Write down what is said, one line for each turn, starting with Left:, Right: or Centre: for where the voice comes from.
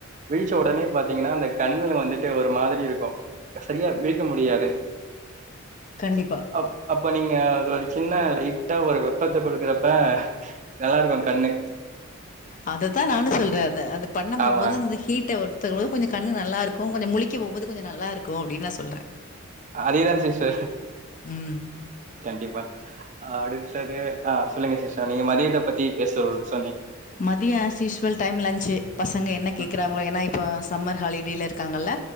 Right: விழிச்ச ஒடனே பாத்தீங்கன்னா அந்த கண்ணுல வந்துட்டு ஒரு மாதிரி இருக்கும் க சரியா விழிக்க முடியாது
Left: கண்டிப்பா.
Right: அப் அப்போ நீங்க அது வந் சின்ன லைட்டா ஒரு வெப்பத்த குடுக்குறப்ப நல்லாருக்கு கண்ணு
Left: அதை நானும் சொல்றே அந்த பண்ண போம்போது
Right: ஆமா.
Left: அந்த ஹீட்டை ஒருத்தரு வந்து கொஞ்சம் கண்ணு நல்லாருக்கோம் கொஞ்சம் முழிக்க போம்போது கொஞ்சம் நல்லாருக்கோம் அப்படின்னு நான் சொல்றே
Right: அதேதான் சிஸ்டர்
Left: ம்
Right: கண்டிப்பா அடுத்தது ஆ சொல்லுங்க சிஸ்டர் நீங்க மதியத்தை பத்தி பேசல் <unintelligible>
Left: மதியம் ஆஸ்யூஷுவல் டைம் லன்சு பசங்க என்ன கேக்குறாங்களோ
Right: ம்,
Left: ஏன்னா இப்ப சம்மர் ஹாலி இருக்காங்கல்ல